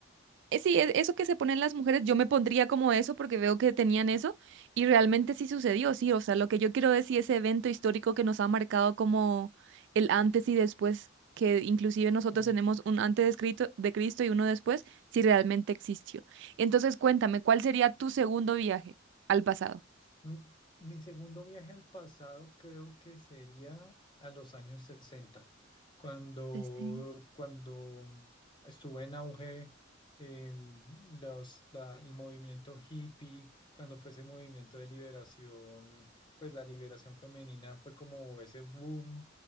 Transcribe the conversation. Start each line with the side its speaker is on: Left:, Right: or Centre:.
Right: eh, Sí, e- eso que se ponen las mujeres, yo me pondría como eso porque veo que tenían eso y realmente sí sucedió,
Left: sí,
Right: sí, o sea, lo que yo quiero decir, ese evento histórico que nos ha marcado como el antes y después, que inclusive nosotros
Left: en
Right: tenemos un antes de Cristo, de Cristo y uno después, si realmente existió. Entonces, cuéntame, ¿cuál sería tu segundo viaje al pasado?
Left: Mi, mi segundo viaje al pasado creo que sería a los años 60, cuando,
Right: Este,
Left: cuando estuvo en auge em, los, la- el movimiento hippie, cuando fue ese movimiento de liberación, pues la liberación femenina fue como ese boom